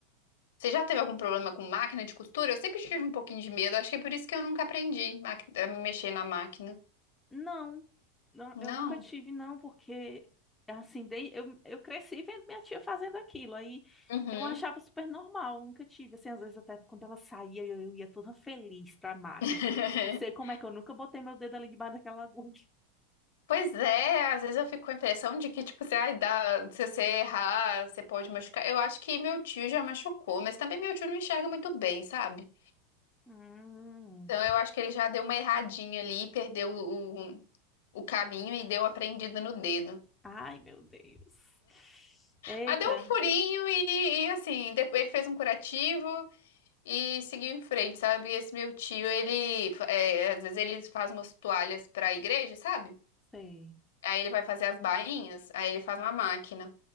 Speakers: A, on the left; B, in the centre.
A: Você já teve algum problema com máquina de costura? Eu sempre tive um pouquinho de medo. Acho que é por isso que eu nunca aprendi maqui- a mexer na máquina.
B: Não, não,
A: Não.
B: eu nunca tive, não, porque assim, dei, eu, eu cresci vendo minha tia fazendo aquilo. Aí
A: Uhum.
B: eu achava super normal, nunca tive. Assim, às vezes até quando ela saía, eu, eu ia toda feliz pra máquina.
A: <laughs>
B: Não sei como é que eu nunca botei meu dedo ali debaixo daquela agulha. <laughs>
A: Pois é, às vezes eu fico com a impressão de que, tipo, se, ai, dá, se você errar, você pode machucar. Eu acho que meu tio já machucou, mas também meu tio não enxerga muito bem, sabe?
B: Hum,
A: Então eu acho que ele já deu uma erradinha ali, perdeu o, o caminho e deu uma prendida no dedo.
B: ai, meu Deus. Eita,
A: Mas deu um furinho e, e, assim, depois ele fez um curativo e seguiu em frente, sabe? Esse meu tio, ele, é, às vezes ele faz umas toalhas pra igreja, sabe?
B: sei.
A: Aí ele vai fazer as bainhas, aí ele faz uma máquina.